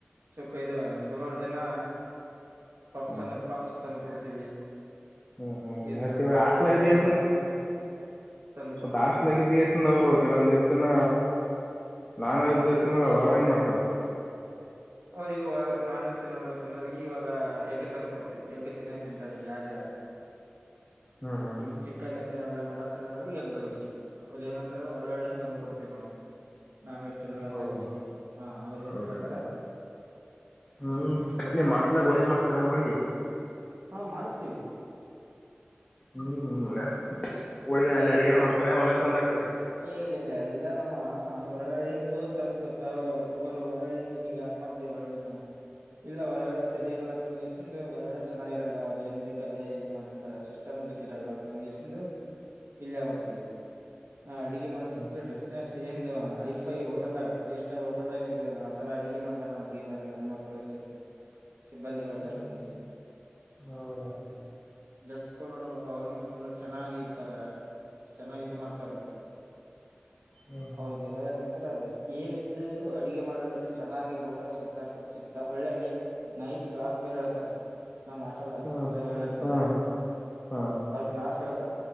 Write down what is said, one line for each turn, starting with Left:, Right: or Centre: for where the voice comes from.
Right: ಸುಖ ಇ ಗುರುವಾರ ದಿನ ಪಪ್ಸ್
Left: ಹ್ಮ್
Right: ಅಂದ್ರೆ ಪಪ್ಸ್ ತಂದು ಕೊಡ್ತೀವಿ
Left: ಹ್ಮ್ ಹ್ಮ್ತ್ತ
Right: ಇದು ವಡಾಪಾವ್
Left: ಆಷ್ಟಲಗದ
Right: ಅಂದ್ರ ವಡಾಪಾವ್ ತಂದು ಕೊಡ್ತೀವಿ.
Left: ದಾಸ್ಟ್ಲಾಗಿ ದಿವಸದಿಂದ ಅವ್ರು ಕೆಲವೊಂದ್ ದಿವಸ ದನ ನಾನ್ ವಜ್ ನರಲ್ಲ ಅವ್ರ ಹೆಂಗ್ ಮಾಡ್ತಾರ
Right: ಅವ್ರಿಗೆ ನಾನೇ ತಿನ್ನಲ್ಲ ಅಂತಂದ್ರ ಇವಾಗ ಎಗ್ಗೆ ತಂದು ಕೊಡ್ತೀವಿ ಎಗ್ಗೆ ತಿನ್ನೇ ತಿಂತಾರೆ ಯಾರ
Left: ಹ್ಮ್ ಹ್ಮ್
Right: ಈಗ ಚಿಕನ್ ಲ್ಲ ಮಠದ್ರ ಎಗ್ ಅವ್ರಿಗೆ ಅವ್ರು ಏನಂತಾರ ಹೊರಗ್ನ್ ತಂದು ಕೊಡ್ತೇವಿ ನಾವು ನಾನ್ ಹೇಳ್ತೀನಲ್ಲ
Left: ಹೌದಾ
Right: ಅಂದರಿ ಹ ಅವ್ರ ಏನ್
Left: ಹೌದಾ
Right: ಕೇಳ್ತಾರೆ ಅದು
Left: ಹ್ಮ್ ಮಾಸ್ಲ ಒಳ ಮಾಸ್ ತಕಾನ ಒಳಿಗೆ
Right: ಹಾ ಮಾಡಿಸ್ತೀವಿ
Left: ಹ್ಮ್ ಹೋಳಗ ಅಲ್ಲಿ ಅಡಗಾರ ಮಾಡ್ತಾರೆ ಹೊಲ ಚಂದ ಆಗ್ತಾರೆ
Right: ಇಲ್ಲ ಇಲ್ಲ ಎಲ್ಲ ನಮ್ಮ ಹೊರಗಳ್ಳಂದು ತರ್ ತ ಹುಡುಗರು ಹೊರಗಳ್ಳಂದು ನೀವ್ ಯಾಕ ಮಾಡ್ತೇವಿ ಒರಗಡೆ ಇಲ್ಲ ಒರಗಡೆ ಸರಿಯಲ್ಲ ಮ್ಗೆಸಂದು ಹೊರಗಡೆ ಚನ್ನಾಗಿರಲ್ಲ ಅವ್ರು ಏನ್ ಬೇಕದೇ ಇ ಮಾಡಿರ್ತಾರ ಸಿಸ್ಟಮಟಿಕ್ ಇರಲ್ಲ ಅಂತ ತಮ್ ಎಸಂದು ಇಲ್ಲೇ ಮಾಡ್ತೇವಿ ನಾ ಅಡುಗೆ ಮಾಡ
Left: ಹ್ಮ್
Right: ಡ್ರೆಸ್ ನ ಒಂದು ಐ ಫೈೋಟಲ್ದಾಗ ತ್ರೀ ಸ್ಟಾರ್ ಹೋಟೆಲ್ದಾಗ ಸಿಗದಿಲ್ಲಲ್ಲ ಆತರ ಅಡುಗೆ ಮಾಡತಾರೆ ನಮ್ ಅಡುಗೆ ಮಾಡಣ ಮಳ ಸಿ ಸಿಬ್ಬಂದಿಗಳು ಎಲ್ಲಷ್ಟ
Left: ಹ್ಮ್
Right: ಮಂದಿ <inaudible>
Left: ಹ್ಮ್
Right: ಡ್ರೆಸ್ ನೋಡ್ಬೇಕು ಅವ್ರ ಫುಲ್ ಚೆನ್ನಾಗಿ ಇರ್ತಾರೆ ಚೆನ್ನಾಗಿ ಮಾಡ್ತಾರೆ
Left: ಹ್ಮ್
Right: ಅವ್ರದದುು ಳಕ್ ಗಂತರ ಅದೇ ಏನ ಇದ್ದು ಅಡುಗೆ ಮಾಡ್ರ ಇಲ್ಲಿ ಚೆನ್ನಾಗಿ ಊಟ ಸಿಗ್ತ ಫುಡ್ ಸಿಗ್ತ ಒಳ್ಳೆ ಹಂಗೆ ನೈಟ್ ಕ್ಲಾಸ್ ಬೇರೆ ಹೇಳ್ತಾರೆ ನಮ್ಮ ಹಾಸ್ಟೆಲ್ಡಾಗ
Left: ಹ್ಮ್
Right: ಸರ್ಗಳು ಇರ್ತಾರೆ
Left: ಹ್ಮ್
Right: <inaudible>
Left: ಹ್ಮ್
Right: ಅವ್ರ ಕ್ಲಾಸ್ ಹ